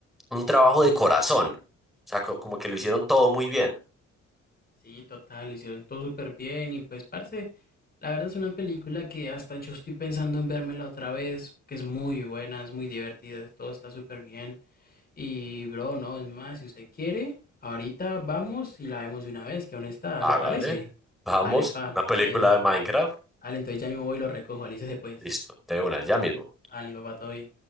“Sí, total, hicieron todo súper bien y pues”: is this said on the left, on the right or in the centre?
Left